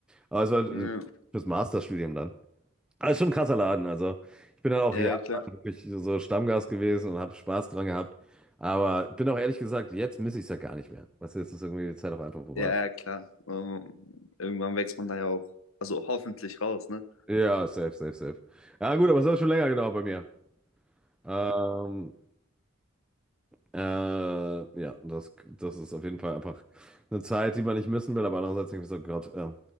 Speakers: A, in the centre; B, on the left.
A: Aber es war,
B: Ja,
A: äh, fürs Masterstudium dann. Aber ist schon ein krasser Laden. Also, ich bin dann auch
B: ja,
A: jahrelang
B: ja, klar.
A: wirklich so Stammgast gewesen und habe Spaß dran gehabt. Aber bin auch ehrlich gesagt, jetzt miss ich es ja gar nicht mehr. Was jetzt ist irgendwie die Zeit auch einfach vorbei.
B: Ja, ja, klar. Ähm, irgendwann wächst man da ja auch, also hoffentlich raus, ne?
A: Ja, safe, safe, safe. Ja, gut, aber es hat schon länger gedauert bei mir. Ähm, äh, ja, das, das ist auf jeden Fall einfach eine Zeit, die man nicht missen will, aber andererseits denke ich so, Gott, ja.